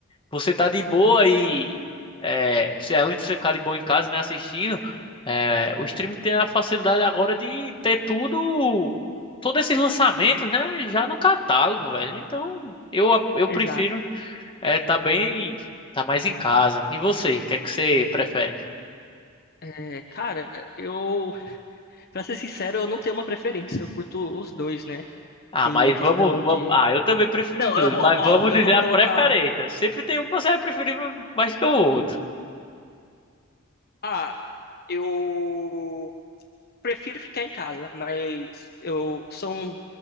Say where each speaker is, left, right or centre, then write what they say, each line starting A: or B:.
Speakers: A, on the left; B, on the left.
A: você tá de boa e é, você, além de você ficar de boa em casa, né, assistindo, é, o streaming tem a facilidade agora de ter tudo, todos esses lançamentos, né? Já no catálogo, velho. Então eu, eu
B: Exato.
A: prefiro é, tá bem, tá mais em casa. E você, o que é que você prefere?
B: É, cara, eu, pra ser sincero, eu não tenho uma preferência. Eu curto os dois, né?
A: Ah,
B: Tem
A: mas
B: a questão
A: vamos, vamos.
B: de
A: Ah, eu também prefiro
B: Não,
A: os dois,
B: eu vou,
A: mas
B: ó,
A: vamos
B: eu
A: dizer
B: vou
A: a
B: colocar.
A: preferência. Sempre tem um que você vai preferir mais que o outro.
B: Ah, eu prefiro ficar em casa, mas eu são.